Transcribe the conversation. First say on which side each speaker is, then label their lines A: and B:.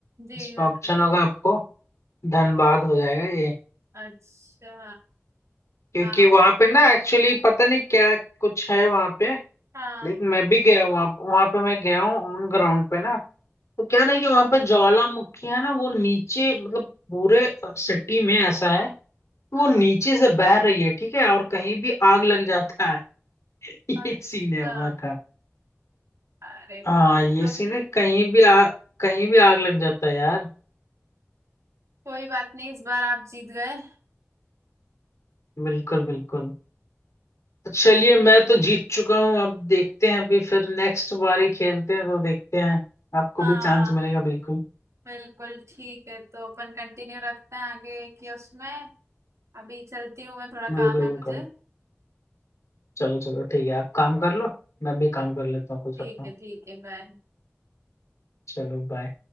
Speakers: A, on the right; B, on the left.
A: जी
B: इसमें
A: बताइए
B: ऑप्शन होगा आपको धनबाद हो जाएगा ये
A: अच्छा
B: क्योंकि
A: हाँ हाँ
B: वहां पे ना एक्चुअली पता नहीं क्या कुछ है वहां पे
A: हाँ
B: लेकिन मैं भी गया वहां वहां पे मैं गया हूँ ऑन ग्राउंड पे ना तो क्या ना कि वहां पे ज्वालामुखी है ना वो नीचे मतलब पूरे सिटी में ऐसा है कि
A: हाँ।
B: वो नीचे से बह रही है ठीक है और कहीं भी आग लग जाता है <laughs> ये
A: अच्छा
B: सीन है उधर का
A: अरे कुछ
B: हाँ ये
A: तो
B: सीन है कहीं भी आ, कहीं भी आग लग जाता है यार
A: कोई बात नहीं इस बार आप जीत गए
B: बिल्कुल बिल्कुल तो चलिए मैं तो जीत चुका हूँ अब देखते हैं अभी फिर नेक्स्ट बारी खेलते हैं तो देखते हैं आपको
A: हाँ
B: भी चांस मिलेगा बिल्कुल
A: बिल्कुल ठीक है तो अपन कंटिन्यू रखते हैं आगे कि उसमें अभी चलती हूँ मैं थोड़ा
B: बिल्कुल
A: काम है
B: बिल्कुल
A: मुझे
B: चलो चलो ठीक है आप काम कर लो मैं भी काम कर लेता हूँ कुछ
A: ठीक
B: अपना
A: है ठीक है बाय
B: चलो बाय